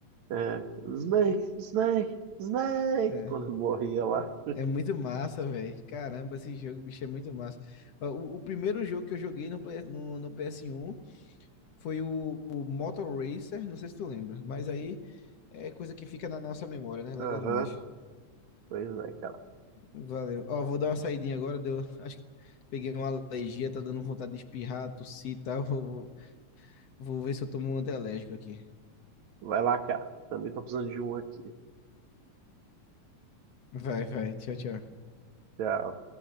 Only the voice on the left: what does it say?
É.
É muito massa, velho. Caramba, esse jogo, bicho, é muito massa. Ó, O, o primeiro jogo que eu joguei no, Play- no, no PS1 foi o, o Motor Racer, não sei se tu lembra, mas aí é coisa que fica na nossa memória, né? Legal
demais.
Valeu. Ó, vou dar uma saidinha agora, deu, <laughs> acho que peguei uma alergia, tá dando vontade de espirrar, tossir e tal. <laughs> Vou, vou, vou ver se eu tomo um antialérgico aqui.
Vai, vai. Tchau, tchau.